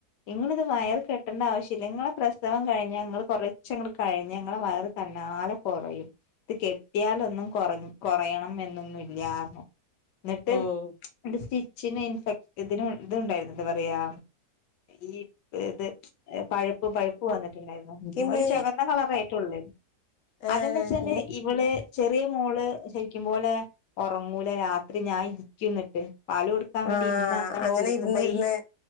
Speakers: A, on the left; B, on the left.
A: ഇങ്ങളിത് വയർ കെട്ടണ്ട ആവശ്യല്ല. ഇങ്ങളെ പ്രസവം കഴിഞ്ഞാ ഇങ്ങൾ കൊറ ച്ചങ്ങട് കഴിഞ്ഞ ഇങ്ങളെ വയറ് തന്നാലെ കൊറയും. ഇത് കെട്ട്യാലൊന്നും കൊറഞ്ഞു കൊറയണം എന്നൊന്നുല്ല്യാറ്ഞ്ഞു. ന്നിട്ട്
B: ഉം
A: ന്നട്ട് സ്റ്റിച്ചിനേ ഇൻഫെ ഇതിന് ഇത്ണ്ടായിരുന്നു എന്താ പറയാ ഈ ഈത് പഴ്പ്പ് പഴ്പ്പ് വന്നിട്ട്ണ്ടായിരുന്നു.
B: ഇമ്മേ
A: ഒരു ചോഗന്നാ കളറയിട്ടോളേന്നു
B: ഏഹ്
A: അത് എന്താച്ചാൽ ഇവൾ ചെറിയ മോൾ ള് ശരിക്കും പോലെ ഒറങ്ങൂല രാത്രി ഞാൻ ഇരിക്കും ന്നിട്ട് പാല് കൊടു ക്കാൻ വേണ്ടി
B: ആഹ്
A: ഇരുന്നങ്ങനെ
B: അങ്ങനെ
A: കൊടുക്കുമ്പോ
B: ഇരുന്ന് ഇരുന്ന്
A: ഈ